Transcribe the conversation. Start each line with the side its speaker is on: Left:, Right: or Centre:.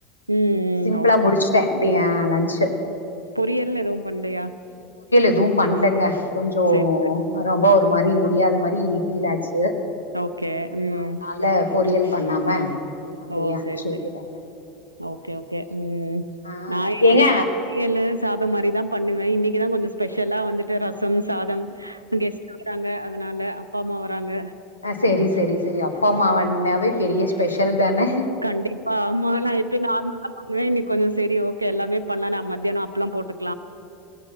Right: ம், ம்.
Left: சிம்பிளா முடிச்சுட்டேன் அப்படி லஞ்ச் ச்சு
Right: பொறியல்னு எதுவும் பண்லையா
Left: எதுவும் பண்ணலங்க கொஞ்சோம்
Right: சேரி சேரி
Left: <unintelligible> ரொம்ப ஒரு மாதிரி முடியாத மாதிரி ஃபீல் ஆச்சு
Right: ஓகே உம்
Left: அதனால பொரியல் பண்ணாம அப்டியே
Right: ஓ
Left: அனுப்ச்சு
Right: செரி
Left: விட்டுட்டேங்க
Right: செரி ஓகே ஓகே உம்
Left: ஆ
Right: நாளைக்கி
Left: ஏங்க
Right: புயலு சாதோ மாரிதா பண்ணுவே இன்னைக்கிதா கொஞ்சோ ஸ்பெஷலா வந்துட்டு ரசம் சாதம் கெஸ்ட் வறாங்க அதா அதனால அப்பா அம்மா வராங்க
Left: அ செரி செரி செரி அப்பா அம்மாவந்னாவே பெரிய ஸ்பெஷல் தானே
Right: கண்டிப்பா ஆமா நா எப்பயு நார்மலா பண்ணுவே இன்னைக்கி கொஞ்சோ செரி ஓகே எல்லாமே பண்ணலான்னு மத்தியானோ அப்பளம் போட்டு